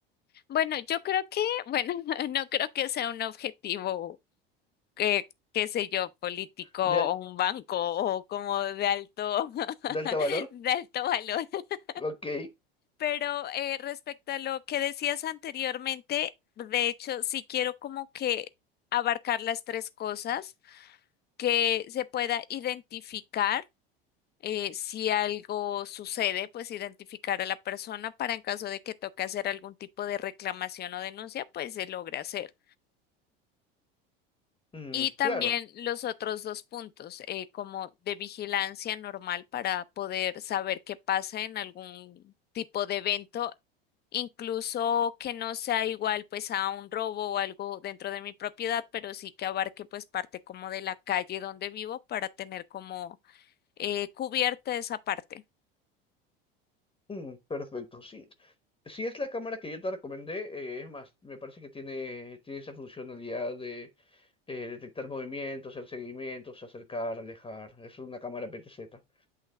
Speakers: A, on the left; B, on the left.
A: Bueno, yo creo que, bueno, <laughs> no creo que sea un objetivo que, qué sé yo, político
B: De,
A: o
B: al-
A: un banco o como de alto, <laughs>
B: de alto valor.
A: de alto valor. <laughs>
B: Ok.
A: Pero eh, respecto a lo que decías anteriormente, de hecho, sí quiero como que abarcar las tres cosas, que se pueda identificar eh, si algo sucede, pues identificar a la persona para en caso de que toque hacer algún tipo de reclamación o denuncia, pues se logre hacer
B: Mm,
A: Y también
B: claro.
A: los otros dos puntos, eh, como de vigilancia normal para poder saber qué pasa en algún tipo de evento, incluso que no sea igual pues a un robo o algo dentro de mi propiedad, pero sí que abarque pues parte como de la calle donde vivo para tener como eh, cubierta esa parte.
B: Mm, perfecto. Sí. Si es la cámara que yo te recomendé, eh, es más, me parece que tiene, tiene esa funcionalidad de eh, detectar movimientos, hacer seguimientos, acercar, alejar. Es una cámara PTZ.